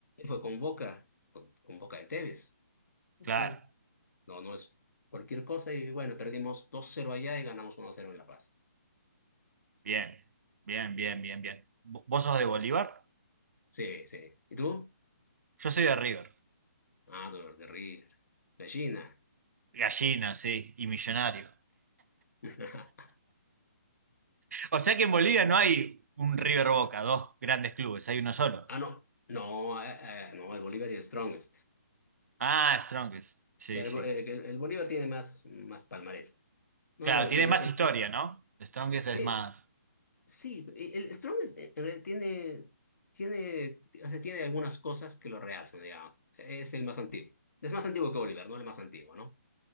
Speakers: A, on the left; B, on the right.
A: fue con Boca, con con Boca de Tevez.
B: Claro.
A: Sí. No, no es cualquier cosa. Y bueno, perdimos dos cero allá y ganamos uno cero en La Paz.
B: Bien, bien, bien, bien, bien. ¿Vo- ¿Vos sos de Bolívar?
A: Sí, sí. ¿Y tú?
B: Yo soy de River.
A: Ah, dolor de River. Gallina.
B: Gallina, sí, y Millonario.
A: <laughs>
B: O sea que en Bolivia no hay un River Boca, dos grandes clubes, hay uno solo.
A: Ah, no. No, eh, eh, no, el Bolívar es el strongest.
B: Ah, Strongest, sí,
A: El,
B: sí.
A: Bo- el- el Bolívar tiene más, más palmarés. No,
B: Claro,
A: a ver,
B: tiene
A: pero
B: más
A: el,
B: historia,
A: el-
B: ¿no? Strongest es
A: sí,
B: más.
A: Sí, el el Strong es- en realidad tiene, tiene, o sea, tiene algunas cosas que lo realzan, digamos. Es el más antiguo. Es más antiguo que Oliver, ¿no? El más antiguo, ¿no?